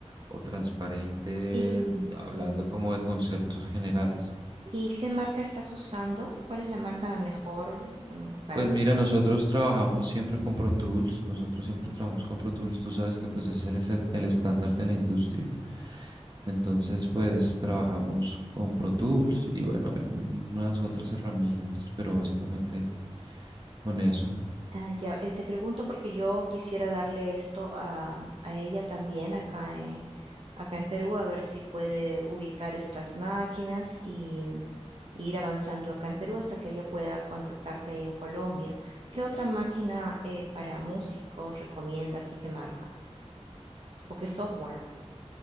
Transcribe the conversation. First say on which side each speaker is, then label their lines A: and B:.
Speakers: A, on the right; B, on the right.
A: o transparente,
B: Y,
A: hablando
B: ujú.
A: como de conceptos generales.
B: ¿Y qué marca estás usando? ¿Cuál es la marca mejor, mm, para
A: Pues mira, nosotros trabajamos siempre con Pro Tools, nosotros siempre trabajamos con Pro Tools, tú sabes que pues es el, es- el estándar de la industria, entonces pues trabajamos con Pro Tools y bueno, hay unas otras herramientas, pero básicamente con eso.
B: Ah, ya, eh, te pregunto porque yo quisiera darle esto a, a ella también acá en, acá en Perú, a ver si puede ubicar estas máquinas y, y ir avanzando acá en Perú hasta que ella pueda contactarte ahí en Colombia. ¿Qué otra máquina eh, para músicos recomiendas y qué marca? ¿O qué software?